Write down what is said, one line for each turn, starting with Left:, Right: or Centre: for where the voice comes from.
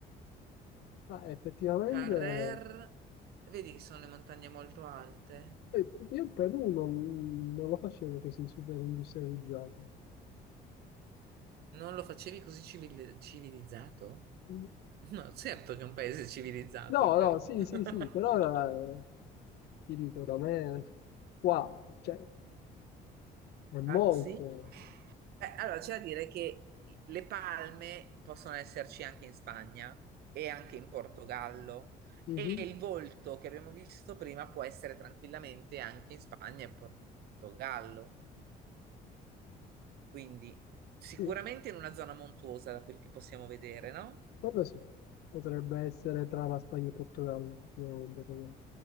Left: Ah, effettivamente...
Right: Carrer, vedi che sono le montagne molto alte?
Left: eh, Io il Perù non, non lo facevo che si super industrializzato.
Right: Non lo facevi così civil- civilizzato? <laughs>
Left: No,
Right: No, certo che è un paese civilizzato
Left: no,
Right: il Perù.
Left: sì,
Right: <laughs>
Left: sì, sì, però eh, ti dico, da me qua, cioè, è molto.
Right: Taxi? Beh, allora c'è da dire che le palme possono esserci anche in Spagna e anche in Portogallo
Left: Mhm,
Right: e il volto che abbiamo visto prima può essere tranquillamente anche in Spagna e Portogallo. Quindi sicuramente
Left: sì,
Right: in una zona montuosa, da quel che possiamo vedere, no?
Left: quello sì. Potrebbe essere tra la Spagna e il Portogallo, sicuramente. come-